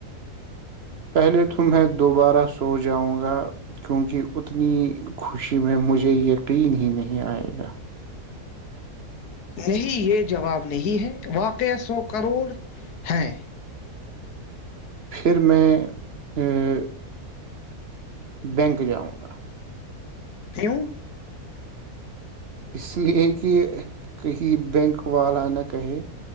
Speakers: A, on the right; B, on the left.
A: پہلے تو میں دوبارہ سو جاؤں گا کیونکہ اتنی خوشی میں مجھے یقین ہی نہیں آئے گا
B: نہیں یہ جواب نہیں ہے واقع سو کروڑ ہے
A: پھر میں یہ بینک جاؤں گا
B: کیوں
A: اس لیے کہ کہیں بینک والا نہ کہے